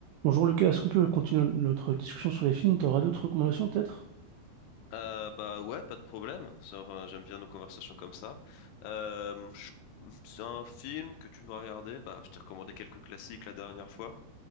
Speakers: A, on the right; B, on the left.
A: Bonjour Lucas, est-ce qu'on peut continuer notre discussion sur les films? T'auras d'autres recommandations peut-être?
B: Euh, bah ouais, pas de problème. Ça, enfin, j'aime bien nos conversations comme ça. Euh, je- C'est un film que tu dois regarder. Bah, je t'ai recommandé quelques classiques la dernière fois.